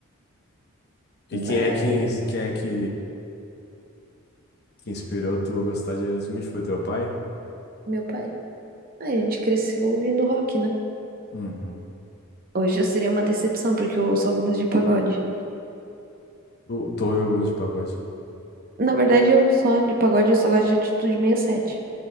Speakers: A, on the left (about 45°); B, on the right (about 40°).
A: E
B: Mas,
A: quem é que, ins- quem é que, que inspirou tu a gostar de Aerosmith? Foi teu pai?
B: meu pai. Ai, A gente cresceu ouvindo rock, né?
A: Uhum.
B: Hoje eu seria uma decepção, porque eu ouço algumas de pagode.
A: Tu, tu ouve algumas de pagode?
B: Na verdade, eu só, de pagode, eu só gosto de Atitude sessenta e sete